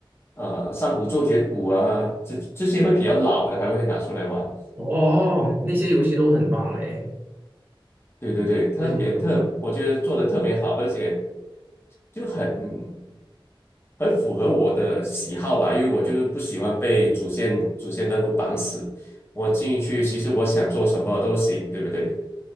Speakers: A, on the left (about 30°); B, on the right (about 25°).
A: 呃，《上古咒卷五》啊，这这些会比较老的，还会拿出来玩。
B: 哦，那些游戏都很棒哎，
A: 对对对，特别特，
B: 因为我就没有玩过。
A: 我觉得做的特别好，而且。就很很符合我的喜好吧，因为我就是不喜欢被主线主线任务绑死。我进去，其实我想做什么都行，对不对？